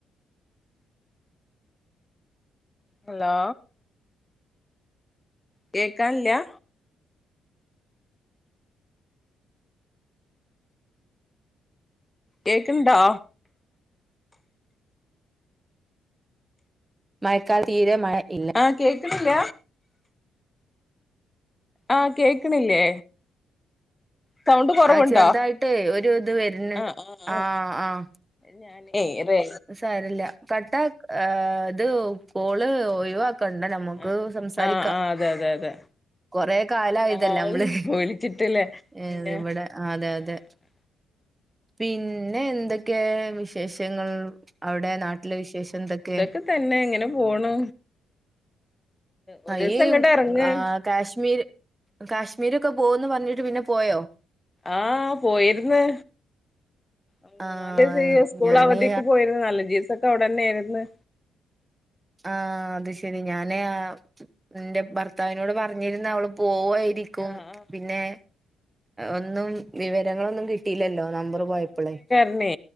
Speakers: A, on the left; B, on the right.
A: ഹലോ കേക്കാൻ ല്ല കേൾക്കു ണ്ടോ
B: മഴക്കാല തീരെ മഴ ഇല്ല
A: ആഹ് കേക്കണില്ല ആഹ കേക്കണില്ലേ സൗണ്ട് കുറവുണ്ടോ
B: ആ ചെറുതായിട്ട് ഒരു ഇത് വരുന്നുണ്ട്
A: ആഹ് ആഹ്
B: ആഹ്
A: ഞാനേ അതേ
B: സാരല്ല കട്ട ഇത് കോള് ഒഴിവാക്ക കണ്ട നമുക്ക്
A: ആഹ്
B: സംസാരിക്കാം
A: ആഹ് ആഹ് അതെ അതെ അതെ
B: കൊറെ കാലയതല്ലേ
A: ആഹ്
B: നമ്മള്
A: വിളിച്ചിട്ടില്ലേ
B: ഏ
A: പിന്നെ
B: ഇവിടെ അതെ അതെ
A: ആഹ്
B: പിന്നെ എന്തൊക്കെ വിശേഷങ്ങൾ അവിടെ നാട്ടിലെ വിശേഷം എന്തൊക്കെ
A: ഇതൊക്കെ തന്നെ എങ്ങനെ പോണു ഒരു
B: ആ,
A: ദിവസം
B: ഈ
A: ഇങ്ങോട്ട് ഇറങ്
B: ആ കാശ്മീർ കാശ്മീരൊക്കെ പോകന്ന് പറഞ്ഞിട്ട് പിന്നെ പോയോ
A: ആഹ പോയിര് ന്ന് മൂ
B: ആ
A: നാല് ദിവ സ്കൂൾ
B: ഞാന്
A: അവധിക്ക് പോയിരുന്നു നാലഞ്ച ദിവസൊക്കെ അവിടെന്നെയായിരുന്നു
B: ആഹ അത് ശരി ഞാനേ എന്റെ ഭർത്താവിനോട് പറഞ്ഞിരന്ന് അവള് പോവുയിരിക്കും
A: ആഹ്
B: ക്കും
A: ആഹ്
B: പിന്നെ ഒന്നും വിവരങ്ങളൊന്നും കിട്ട കിട്ടില ല്ലോ നമ്പറ് പോയപ്പളെ
A: അന്നെ